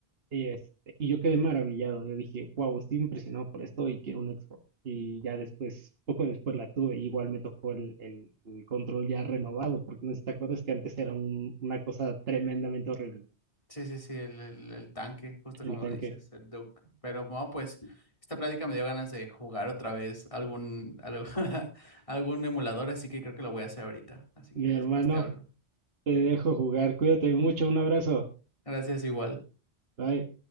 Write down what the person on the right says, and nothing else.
y, este, y yo quedé maravillado, yo dije, wow, estoy impresionado por esto y quiero un Xbox. Y ya después, poco después la tuve, y igual me tocó el, el- el control ya renovado, porque no sé si te acuerdas que antes era un- una cosa tremendamente horrible,
el
tanque.
Mi
hermano,
te dejo jugar, cuídate mucho, un abrazo,
bye.